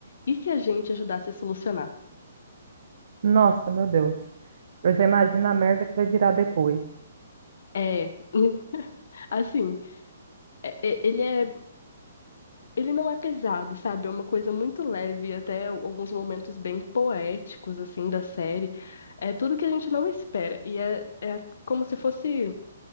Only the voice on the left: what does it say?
E se a gente ajudasse a solucionar?
É, <laughs> assim, é- é- ele é, ele não é pesado, sabe? É uma coisa muito leve, até alguns momentos bem poéticos, assim, da série. É tudo que a gente não espera. E é, é como se fosse,